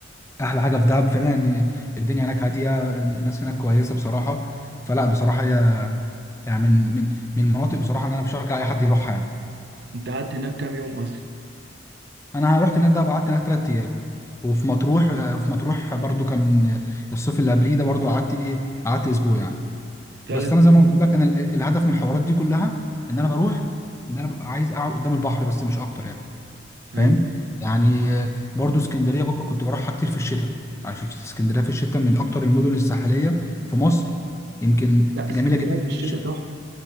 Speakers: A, on the left; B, on the right.
A: احلى حاجه في دهب فعلا ان الدنيا هناك هاديه إن الناس هناك كويسه بصراحه فلا بصراحه هي يعني من من من مناطق بصراحه ان انا بشجع اي حد يروحها يعني
B: انت قعدت هناك كام يوم اصلا
A: انا رحت هناك ده قعدت هناك ثلاث ايام وفي مطروح وفي مطروح برضو كان الصيف اللي قبليه ده برضو قعدت ايه قعدت اسبوع يعني
B: ثلاث
A: بس انا زي
B: ايام
A: ما قلت لك انا ال- الهدف من الحوارات دي كلها ان انا بروح ان انا ببقى عايز اقعد قدام البحر بس مش اكتر يعني
B: ايوه
A: فاهم يعني برضو اسكندريه كنت بروحها كتير في الشتاء عشان اسكندريه في الشتاء من اكتر المدن الساحليه في مصر يمكن
B: لا اسكندريه
A: جميله جدا
B: في الشتاء
A: في الشتاء
B: تحفه